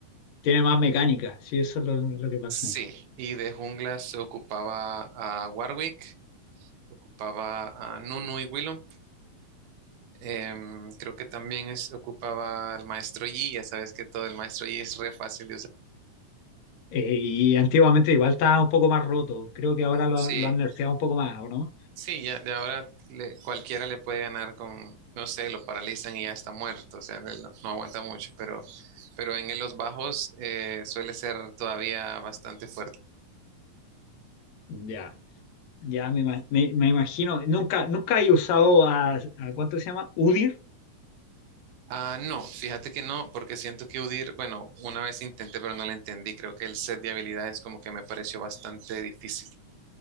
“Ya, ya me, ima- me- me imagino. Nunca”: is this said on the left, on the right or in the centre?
Left